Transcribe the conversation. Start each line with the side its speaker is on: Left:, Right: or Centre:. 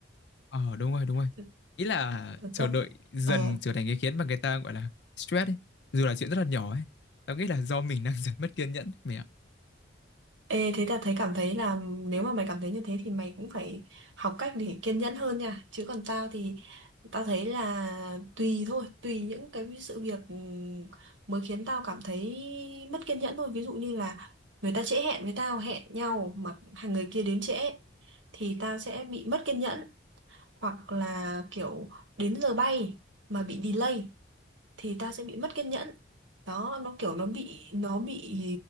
Left: Ờ đúng rồi đúng rồi
Right: Thực
Left: ý là
Right: thực
Left: chờ
Right: ra
Left: đợi dần
Right: ờ
Left: trở thành cái khiến mà người ta gọi là stress ấy dù là chuyện rất là nhỏ ấy tao nghĩ là do mình đang <laughs> dần mất kiên nhẫn mày ạ
Right: Ê, thế là thấy cảm thấy là nếu mà mày cảm thấy như thế thì mày cũng phải học cách để kiên nhẫn hơn nha. Chứ còn tao thì tao thấy là tùy thôi, tùy những cái sự việc ừm, mới khiến tao cảm thấy mất kiên nhẫn thôi. Ví dụ như là người ta trễ hẹn với tao, hẹn nhau mà hàng người kia đến trễ thì tao sẽ bị mất kiên nhẫn hoặc là kiểu đến giờ bay mà bị delay thì ta sẽ bị mất kiên nhẫn đó nó kiểu nó bị nó bị